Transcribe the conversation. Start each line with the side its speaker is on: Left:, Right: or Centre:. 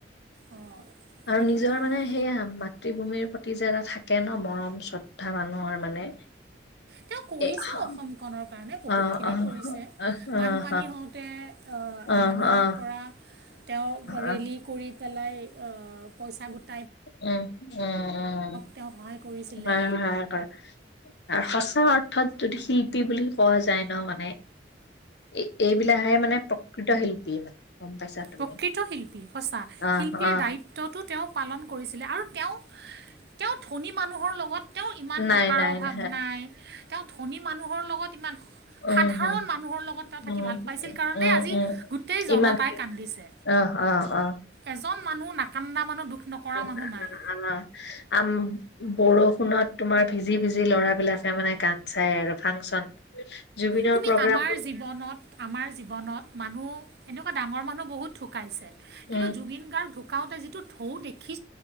Right: অঁ
Left: আৰু
Right: সেইটো
Left: নিজৰ
Right: কাৰণে
Left: মানে সেয়া মাতৃভূমিৰ প্ৰতি যে এটা থাকে ন মৰম শ্ৰদ্ধা মান মানুহৰ মানে
Right: তেওঁ কৰিছেও
Left: এ অ',
Right: অসমখনৰ কাৰণে বহুত
Left: অ',
Right: খিনি
Left: অ',
Right: কৰিছে
Left: অ', অ',
Right: বানপানী হওঁতে আহ
Left: অ',
Right: মানুহৰ
Left: অ',
Right: পৰা তেওঁ ৰেলী
Left: অ',
Right: কৰি পেলাই আহ পইচা গোট
Left: উম, উম, উম,
Right: তেওঁ সহায় কৰিছিলে
Left: হয় হয় কৰা। আহ সঁচা অৰ্থত যদি শিল্পী বুলি কোৱা যায় ন' মানে এ-এইবিলাকহে মানে প্ৰকৃত শিল্পী মানে। গম পাইছা তুমি
Right: প্ৰকৃত শিল্পী সঁচা
Left: অ
Right: শিল্পীৰ
Left: অ
Right: দায়িত্বটো তেওঁ পালন কৰিছিলে আৰু তেওঁ, তেওঁ ধনী মানুহৰলগত লগত তেওঁ ইমান
Left: নাই
Right: টকাৰ
Left: নাই
Right: অভাৱ
Left: ন
Right: নাই, তেওঁ ধনী মানুহৰ লগত ইমান
Left: উম
Right: সাধাৰণ
Left: হম
Right: মানুহৰ লগত তেওঁ থাকি
Left: উম
Right: ভাল পাইছিল কাৰণে
Left: উম
Right: আজি,
Left: উম
Right: গোটেই জনতাই
Left: ইমান
Right: কান্দিছে,
Left: আহ অ অ
Right: এজন মানুহ নাকান্দা মানৰ দুখ নকৰা
Left: <unintelligible>
Right: মানুহ নাই
Left: বৰষুণত তোমাৰ ভিজি ভিজি ল'ৰাবিলাকে মানে গান চাই আৰু ফাংচন। জুবিনৰ
Right: তুমি
Left: প্ৰ'গ্ৰাম
Right: আমাৰ
Left: বুলি।
Right: জীৱনত আমাৰ জীৱনত মানুহ, এনেকুৱা ডাঙৰ মানুহ বহুত ঢুকাইছে, কিন্তু
Left: উম
Right: জুবিন গাৰ্গ ঢু গাঁউতে যিটো ঢৌ দেখ